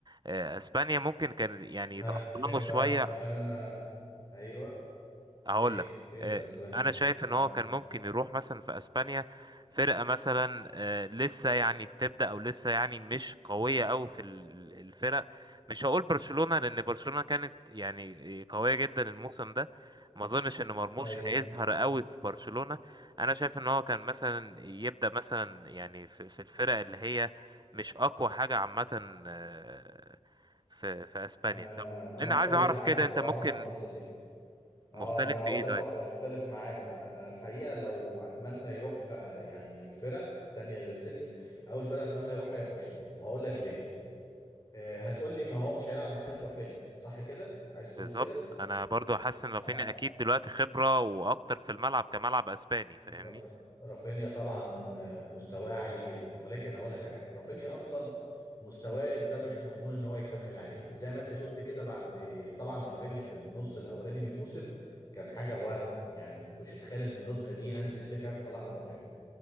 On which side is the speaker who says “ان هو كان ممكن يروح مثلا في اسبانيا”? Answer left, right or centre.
Right